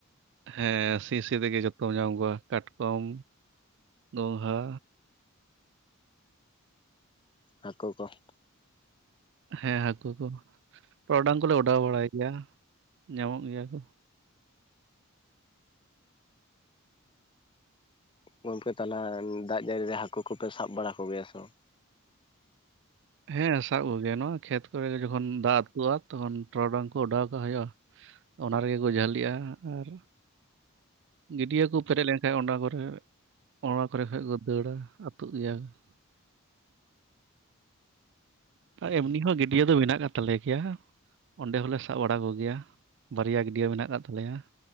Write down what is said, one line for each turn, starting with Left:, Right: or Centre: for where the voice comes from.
Right: ᱦᱮᱸ, ᱥᱤ ᱥᱤ ᱛᱮᱜᱮ ᱡᱚᱛᱚᱢ ᱧᱟᱢ ᱠᱚᱣᱟ ᱠᱟᱴᱠᱚᱢ, ᱜᱚᱸᱜᱷᱟᱼᱼ
Left: ᱦᱟᱹᱠᱩ ᱠᱚ ᱾
Right: ᱦᱮᱸ ᱦᱟᱹᱠᱩ ᱠᱚ, ᱴᱚᱨᱚᱰᱟᱝ ᱠᱚᱞᱮ ᱚᱰᱟᱣ ᱵᱟᱲᱟᱭ ᱜᱮᱭᱟ ᱧᱟᱢᱚᱜ ᱜᱮᱭᱟ ᱠᱚ ᱾
Left: ᱜᱚᱝᱠᱮ ᱛᱟᱦᱞᱮ ᱫᱟᱜ ᱡᱟᱹᱲᱤ ᱨᱮ ᱦᱟᱹᱠᱩ ᱠᱚᱯᱮ ᱥᱟᱵ ᱵᱟᱲᱟ ᱠᱚᱜᱮᱭᱟ ᱥᱮ ᱵᱟᱝ?
Right: ᱦᱮᱸ ᱥᱟᱵ ᱠᱚᱜᱮᱭᱟ ᱱᱚᱣᱟ ᱠᱷᱮᱛ ᱠᱚᱨᱮ ᱡᱚᱠᱷᱚᱱ ᱫᱟᱜ ᱟᱹᱛᱩᱜᱼᱟ ᱛᱚᱠᱷᱚᱱ ᱴᱚᱨᱚᱰᱟᱝ ᱠᱚ ᱚᱰᱟᱣ ᱠᱟᱜ ᱦᱩᱭᱩᱜᱼᱟ ᱾ ᱚᱱᱟ ᱨᱮᱜᱮ ᱠᱚ ᱡᱷᱟᱹᱞᱤᱜᱼᱟ ᱟᱨᱼᱼ ᱜᱟᱹᱰᱭᱟᱹ ᱠᱚ ᱯᱮᱨᱮᱡ ᱞᱮᱱᱠᱷᱟᱱ ᱚᱱᱟ ᱠᱚᱨᱮᱼᱼ ᱚᱱᱟ ᱠᱚᱨᱮ ᱠᱷᱚᱱ ᱠᱚ ᱫᱟᱹᱲᱟ ᱟᱹᱛᱩᱜ ᱜᱮᱭᱟ ᱠᱚ ᱾ ᱮᱢᱱᱤ ᱦᱚᱸ ᱜᱟᱹᱰᱭᱟᱹ ᱫᱚ ᱢᱮᱱᱟᱜ ᱟᱠᱟᱫ ᱛᱟᱞᱮ ᱜᱮᱭᱟ ᱾ ᱚᱸᱰᱮ ᱦᱚᱞᱮ ᱥᱟᱵ ᱵᱟᱲᱟ ᱠᱚᱜᱮᱭᱟ ᱵᱟᱨᱭᱟ ᱜᱟᱹᱰᱭᱟᱹ ᱢᱮᱱᱟᱜ ᱟᱠᱟᱫ ᱛᱟᱞᱮᱭᱟ ᱾